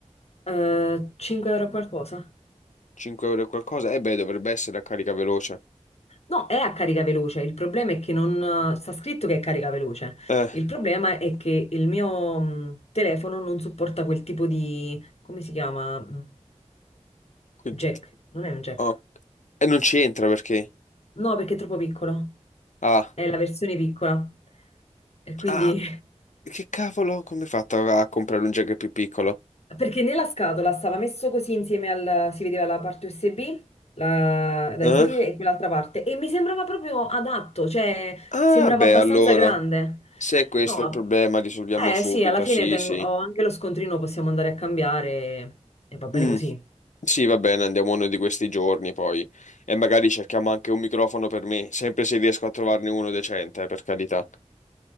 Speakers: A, on the left; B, on the left.
A: Eh, 5 euro qualcosa?
B: 5 euro e qualcosa? Eh beh, dovrebbe essere a carica veloce.
A: No, è a carica veloce. Il problema è che non... eh, Sta scritto che è carica veloce.
B: Eh,
A: Il problema è che il mio mh, telefono non supporta quel tipo di... Come si chiama? Mh,
B: quindi...
A: Jack. Non è un jack.
B: oh. E non c'entra perché...
A: No, perché è troppo piccolo.
B: Ah.
A: È la versione piccola. E quindi
B: Ah, Che cavolo, come hai fatto a a comprare un jack più piccolo?
A: Perché nella scatola stava messo così insieme al... si vedeva la parte USB la- da
B: Eh?
A: inserire e quell'altra parte e mi sembrava proprio adatto, cioè
B: Ah,
A: sembrava
B: beh,
A: abbastanza
B: allora,
A: grande.
B: se questo
A: No,
B: è il problema, risolviamo
A: eh
B: subito,
A: sì, alla fine
B: sì,
A: tengo...
B: sì.
A: ho anche lo scontrino, possiamo andare a cambiare e va bene
B: Mm,
A: così.
B: Sì, va bene, andiamo uno di questi giorni poi. E magari cerchiamo anche un microfono per me, sempre se riesco a trovarne uno decente, eh, per carità.